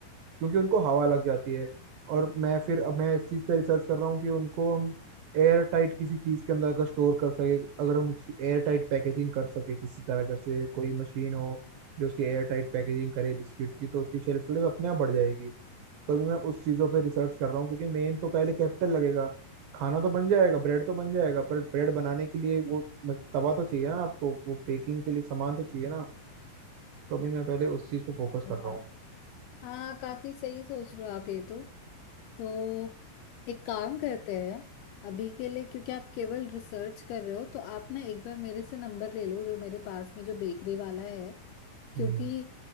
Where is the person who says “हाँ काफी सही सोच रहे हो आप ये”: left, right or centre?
Left